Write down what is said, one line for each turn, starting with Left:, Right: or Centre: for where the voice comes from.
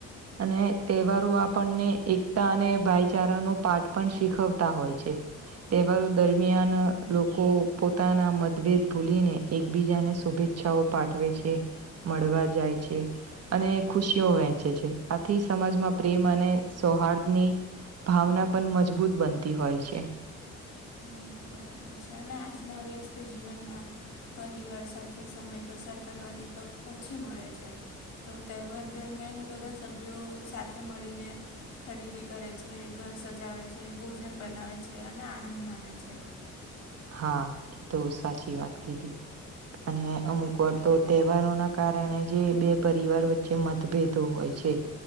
Right: અને તહેવારો આપણને એકતા અને ભાઈચારા નુ પાઠ પણ શીખવતા હોય છે. તહેવારો દરમિયાન લોકો પોતાના મતભેદ ભૂલીને એકબીજાને શુભેચ્છા ઈચ્છાઓ પાઠવે છે મળવા જાય છે. અને ખુશીઓ વહેંચે છે આથી સમાજમાં પ્રેમ અને સૌહાર્દની ભાવના પણ મજબૂત બનતી હોય છે.
Left: હમ બરાબર છે અને આજના વ્યસ્ત જીવનમાં પરિવાર સાથે સમય પસાર કરવાની તક ઓછી મળે છે. તો તહેવાર દરમિયાન બધા સભ્યો સાથે મળીને ખરીદી કરે છે ઘર સજાવે છે ભોજન બનાવે છે અને આનંદ માળે છે.
Right: હા એ તો સાચી વાત કીધી અને અમુક વાર તો તહેવારોના કારણે જે બે પરિવાર વચ્ચે મતભેદો હોય છે